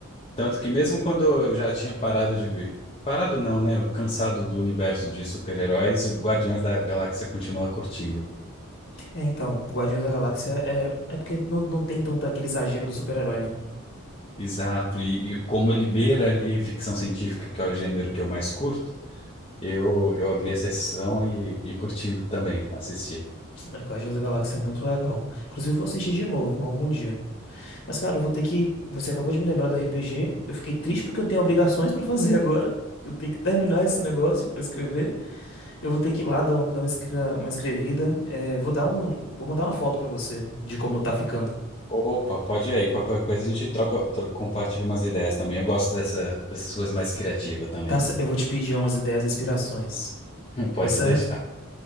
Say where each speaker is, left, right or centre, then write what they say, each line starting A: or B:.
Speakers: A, on the left; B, on the left.
A: Tanto que mesmo quando eu já tinha parado de ver, parado não, né? Eu Cansado do universo de super-heróis, o Guardiões da Galáxia continua curtindo.
B: É, então, Guardiões da Galáxia é, é porque não, não tem tanto aquele exagero do super-herói, né?
A: Exato, e, e como ele beira ali ficção científica, que é o gênero que eu mais curto, eu, eu abri a sessão e, e curti também, assisti.
B: É, Guardiões da Galáxia é muito legal. Inclusive, eu vou assistir de novo, algum dia. Mas, cara, eu vou ter que. Você acabou de me lembrar do RPG. Eu fiquei triste porque eu tenho obrigações pra <laughs> fazer agora. Eu tenho que terminar esse negócio pra escrever. Eu vou ter que ir lá dar, um- dar uma escra- uma escrevida. É, vou dar um, vou mandar uma foto pra você de como tá ficando.
A: Opa, pode ir aí, qualquer coisa a gente troca, tro- compartilha umas ideias também. Eu gosto dessa, dessas coisas mais criativas também.
B: Tá, ce- eu vou te pedir umas ideias e inspirações.
A: <laughs> Pode
B: Tá certo?
A: deixar.